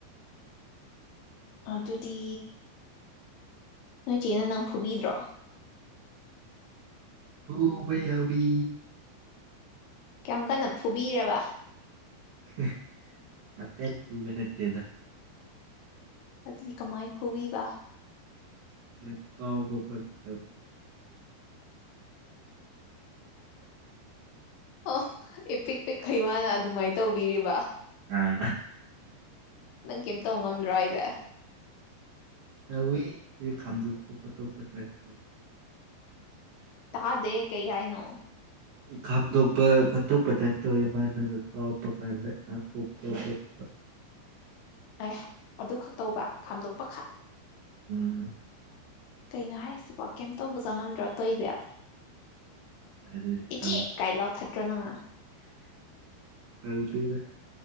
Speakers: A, on the left; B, on the right.
A: ꯑꯗꯨꯗꯤ ꯅꯣꯏ ꯆꯦꯅ ꯅꯪ ꯐꯨꯕꯤꯗ꯭ꯔꯣ
B: ꯐꯨꯕꯥ ꯌꯥꯎꯏ
A: ꯀꯌꯥꯝ ꯀꯟꯅ ꯐꯨꯕꯤꯔꯕ
B: <unintelligible> ꯌꯥꯝ ꯀꯟ ꯐꯨꯕꯥ ꯅꯠꯇꯦꯗ
A: ꯑꯗꯨꯗꯤ ꯀꯃꯥꯏꯅ ꯐꯨꯕꯤꯕ
B: ꯀꯩꯅ ꯀꯥꯎ ꯀꯣ ꯇ
A: ꯑꯣ ꯏ ꯄꯤꯛ ꯄꯤꯛꯈꯩ ꯃꯥꯅ ꯑꯗꯨꯃꯥꯏꯅ ꯇꯧꯕꯤꯔꯤꯕ
B: ꯑ
A: ꯅꯪ ꯀꯝ ꯇꯧ ꯉꯝꯗ꯭ꯔꯣ ꯑꯩꯁꯦ
B: ꯇꯎꯋꯏ ꯈꯥꯝꯗꯣꯛꯄ ꯈꯣꯠꯇꯣꯛꯄ ꯇ ꯇ
A: ꯇꯥꯗꯦ ꯀꯩ ꯍꯥꯏꯏ ꯅꯣ
B: ꯈꯥꯝꯗꯣꯛꯄ ꯈꯣꯠꯇꯣꯛꯄꯗ ꯇꯧꯋꯤ ꯃꯥꯅꯒ ꯀꯥꯎꯔꯛꯄ ꯀꯥꯟꯗ ꯉꯥꯛꯊꯣꯛꯄ ꯈꯣꯠꯄ
A: ꯑꯦ ꯑꯗꯨ ꯈꯛꯇꯧꯕ ꯈꯥꯝꯗꯣꯛꯄ ꯈꯛ
B: ꯎꯝ
A: ꯀꯩꯅꯣ ꯍꯥꯏꯁꯤꯕꯣ ꯀꯩꯝꯇꯣꯡꯒ ꯆꯪꯉꯝꯗ꯭ꯔꯣ ꯇꯧ ꯏꯕ
B: ꯑꯗꯨꯗꯤ
A: ꯏꯆꯦ
B: ꯇꯧ
A: ꯀꯥ ꯂꯥꯎ ꯊꯠꯇ꯭ꯔꯣ ꯅꯉꯅ
B: ꯇꯧꯗꯦꯗꯥ